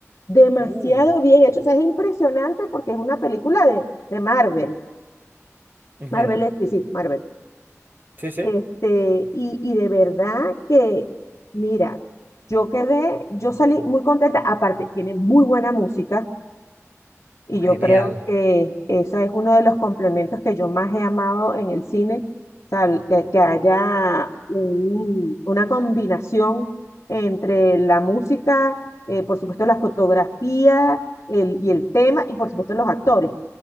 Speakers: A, on the left (about 75°); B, on the right (about 35°).
A: demasiado
B: Uf.
A: bien hecho. O sea, es impresionante porque es una película de, de Marvel,
B: Ujú,
A: Marvel es, sí, sí, Marvel.
B: Sí, sí.
A: Este, y, y de verdad que, mira, yo quedé, yo salí muy contenta, aparte tiene muy buena música. Y yo
B: Genial.
A: creo que esa es uno de los complementos que yo más he amado en el cine, o sea, el- que, que haya un- una combinación entre la música, eh, por supuesto la fotografía el- y el tema, y por supuesto los actores.